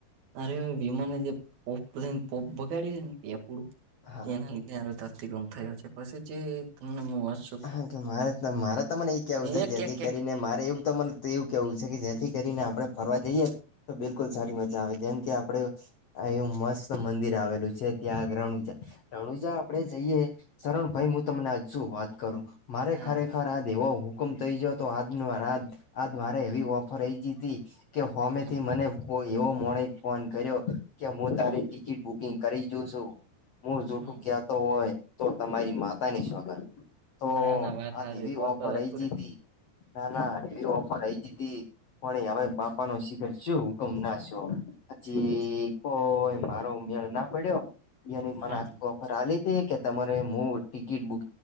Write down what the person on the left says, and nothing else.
હા
હા કે મારે મારે તમને એ કેવું છે
જેથી
કરીને
મારે એવું તને એવું કેવું છે કે જેથી કરીને આપડણે ફરવા જઈએ તો બિલકુલ સારી મજા આવે જેમ કે આપડે. એવું મસ્ત મંદિર આવેલું છે ત્યાં રણુજા રણુજા આપડે જઈએ. સરણ ભાઈ હું તમને આજજુ વાત કરું, મારે
ખરેખર આ વો હુકમ થઈ જયો તો આજ આ મારે એવી ઓફર આઈ જ હતી. કે હમેથી
મને એવો મો ફોન કર્યો, કે હું તારી
ટિકિટ બુકિંગ કરી જો છું, હ જોઠું
ક્યાં હોય તો તમારી માતા ની છગર. તો
આજ
એવી
ઓફર
આઈ ગઈ
હતી ના
ના એવી ઓફર આઈ ગ હતી. પણ હ બાપા ન શિખર શું હુકમ ના છો. હજીી કોઈ મારો ઉમેળ ના પડ્યો. ની મને
આખી ઓફર આ ત કે તમારે હું ટિકિટ બુક